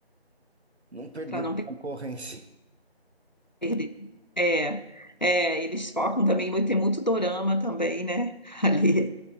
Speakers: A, on the right (about 80°); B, on the left (about 45°).
A: não perder
B: para não
A: concorrência.
B: perder. É, é, eles focam também, muito- tem muito dorama também, né? <laughs> Ali